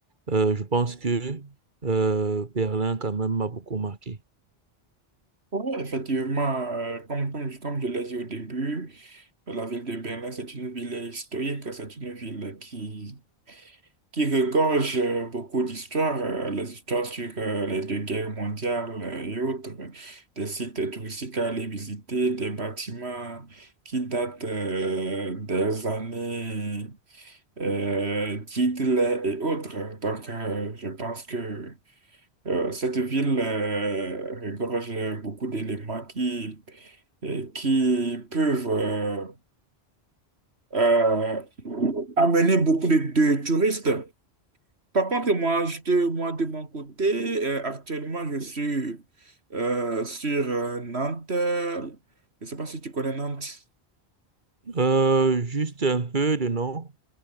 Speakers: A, on the right; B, on the right.
A: euh, je pense que euh, Berlin, quand même, m'a beaucoup marqué.
B: Oui, effectivement, euh, comme, comme, je- comme je l'ai dit au début, la ville de Berlin, c'est une ville historique, c'est une ville qui, qui regorge euh, beaucoup d'histoires, euh, les histoires sur euh, les deux guerres mondiales euh, et autres, des sites touristiques à aller visiter, des bâtiments qui datent euh, des années euh, d'Hitler et autres. Donc, euh, je pense que euh, cette ville euh, regorge beaucoup d'éléments qui, et qui peuvent euh, euh, amener beaucoup de, de touristes. Par contre, moi, je te- moi de mon côté, euh, actuellement, je suis euh, sur euh, Nantes. Je ne sais pas si tu connais Nantes.
A: Euh, juste un peu de nom.